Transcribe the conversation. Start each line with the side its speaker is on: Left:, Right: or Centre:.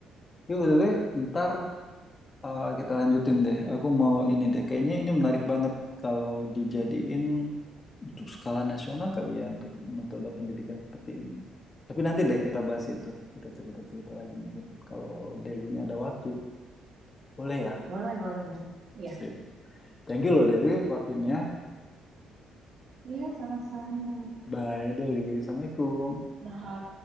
Left: Tapi by the way, ntar Eh, kita lanjutin deh. Aku mau ini deh. Kayaknya ini menarik banget kalau dijadiin untuk skala nasional kali ya untuk metode pendidikan seperti ini. Tapi nanti deh kita bahas itu. Kita cerita-cerita lagi mungkin. Kalau Deli ini ada waktu, boleh ya?
Right: Boleh, boleh, boleh. iya
Left: Sip. Thank you loh Deli waktunya.
Right: iya sama-sama.
Left: Bye Deli. Assalamualaikum.
Right: Wah,